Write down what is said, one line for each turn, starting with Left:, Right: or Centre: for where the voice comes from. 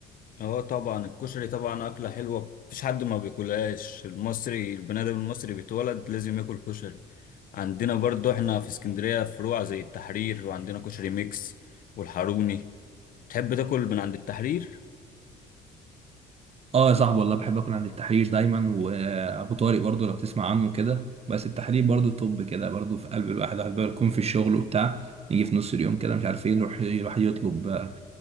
Left: اه طبعا الكشري طبعا اكله حلوه مفيش حد ما بياكلهاش المصري البني ادم المصري بيتولد لازم ياكل كشري عندنا برضو احنا في اسكندريه فروع زي التحرير وعندنا كشري ميكس والحاروني تحب تاكل من عند التحرير
Right: اه يا صاحبي والله بحب اكون عند التحرير دايما وابو طارق برضه لو بتسمع عنه كده بس التحرير برضه طب كده برضه في قلب الواحد الواحد بقى يكون في الشغل وبتاع يجي في نص اليوم كده مش عارف ايه يروح يروح يطلب آه،